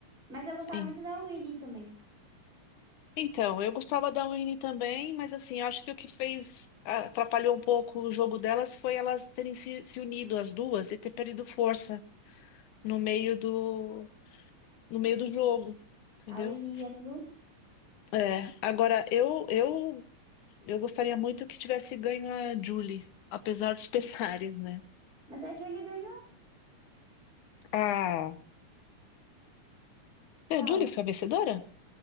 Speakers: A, on the right; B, on the left.
A: Mas eu gostava
B: Sim.
A: muito da Winnie também.
B: Então, eu gostava da Winnie também, mas assim, eu acho que o que fez, ah, atrapalhou um pouco o jogo delas foi elas terem se, se unido as duas e ter perdido força no meio do, no meio do jogo, entendeu?
A: A Winnie e a Tolu.
B: É, agora eu, eu, eu gostaria muito que tivesse ganho a Julie, apesar dos <laughs> pesares, né?
A: Mas a Julie ganhou.
B: Ah,
A: Qual?
B: é, a Julie foi a vencedora?